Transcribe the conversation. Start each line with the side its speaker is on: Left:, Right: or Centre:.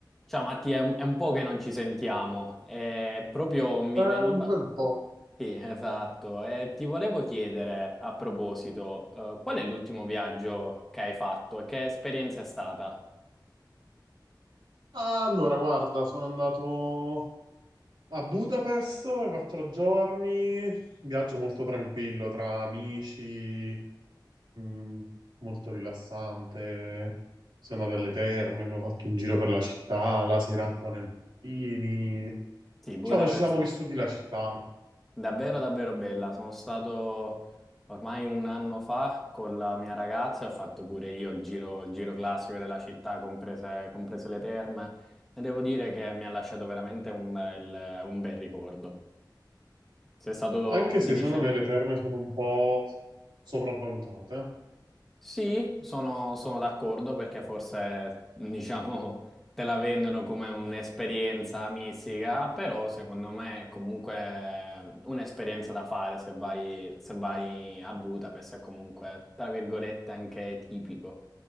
Centre: Ciao Mattia, è un, è un po' che non ci sentiamo. Eh, proprio mi
Right: Eh,
Centre: veniva...
Right: un bel po'.
Centre: Sì, esatto. E ti volevo chiedere, a proposito, eh, qual è l'ultimo viaggio che hai fatto e che esperienza è stata?
Right: Allora, guarda, sono andato a Budapest quattro giorni, viaggio molto tranquillo tra amici, mh, molto rilassante. Sono andato alle terme, mi ho fatto un giro per la città, la sera un po' nei lini.
Centre: Sì, Budapest.
Right: Diciamo, ci siamo vissuti la città,
Centre: Davvero, davvero bella. Sono stato ormai un anno fa con la mia ragazza e ho fatto pure io il giro, il giro classico della città, comprese, comprese le terme. E devo dire che mi ha lasciato veramente un bel, un bel ricordo. Sei stato,
Right: anche se
Centre: mi dicevi?
Right: secondo me le terme sono un po' sopravvalutate.
Centre: Sì, sono, sono d'accordo perché forse, diciamo, te la vendono come un'esperienza mistica, però secondo me è comunque un'esperienza da fare se vai, se vai a Budapest, è comunque, tra virgolette, anche tipico.